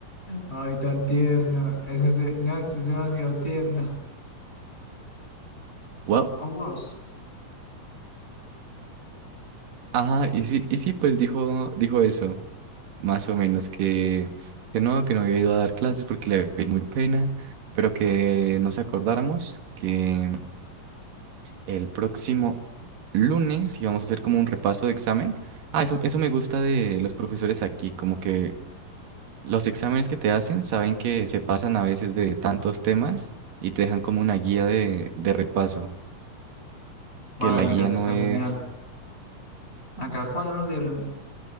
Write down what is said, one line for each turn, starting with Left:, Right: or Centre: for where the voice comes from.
Left: Ay, tan tierno. Eso es de- no, esto es demasiado tierno.
Right: Wow.
Left: Oh, wow.
Right: Ajá, y sí, y sí, pues dijo, dijo eso, más o menos, que, que no, que no había ido a dar clases porque le había muy pena, pero que nos acordáramos que el próximo lunes íbamos a hacer como un repaso de examen. Ah, eso, eso me gusta de los profesores aquí, como que los exámenes que te hacen saben que se pasan a veces de tantos temas y te dejan como una guía de, de repaso,
Left: Vaya,
Right: que la
Left: mira,
Right: guía
Left: eso
Right: no
Left: está
Right: es,
Left: genial. Acá, cuándo nos dieron?